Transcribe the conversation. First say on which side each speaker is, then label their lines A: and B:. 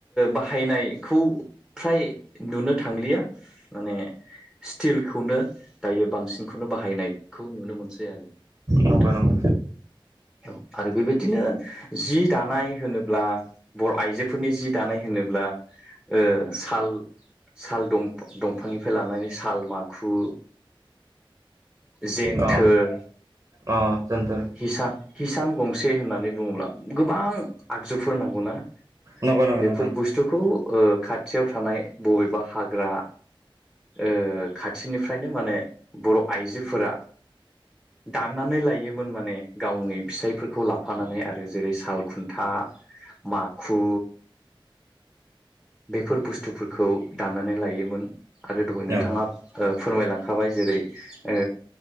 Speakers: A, in the centre; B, on the right.
A: बाहायनायखौ फ्राय नुनो थांलिया माने स्टिलखौनो दायो बांसिन। बेखौनो बाहायनायखौ नुनो मोनसै आरो
B: नंगौ
A: नोंथां।
B: नंगौ
A: औ आरो बेबायदिनो जि दानाय होनो ब्ला बर' आइजोफोरनि जि दानाय होनोब्ला ओ साल साल दंफां दंफांनिफ्राय लानानै साल माखु जेन्थोर
B: अ अ दोनथ'
A: हिसान हिसान गंसे होननानै बुङोब्ला गो बां आगजुफोर नांगौना
B: नंगौ नंगौ
A: बेफोर
B: नोंथां
A: बुस्थुखौ। ओ खाथियाव थानाय बबेबा हाग्रा ओ खाथिनिफ्रायनो माने बर' आइजोफोरा दाननानै लायोमोन माने गावनि फिसायफोरखौ लाफानानै आरो जेरै साल खुन्था माखु बेफोर बुस्थुफोरखौ दान्नानै लायोमोन आरो दहाय नोंथाङा
B: औ
A: ओ फोरमायलांखाबाय जेरै ओ